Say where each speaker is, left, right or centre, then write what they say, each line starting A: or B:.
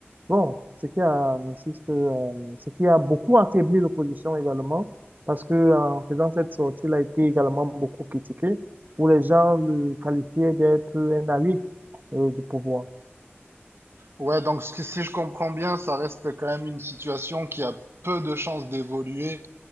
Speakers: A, on the right; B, on the right.
A: Bon, ce qui a, c'est ce que, euh, ce qui a beaucoup affaibli l'opposition également, parce que en faisant cette sortie, il a été également beaucoup critiqué, où les gens le qualifiaient d'être un allié euh, du pouvoir.
B: Ouais, donc ce que- si je comprends bien, ça reste quand même une situation qui a peu de chances d'évoluer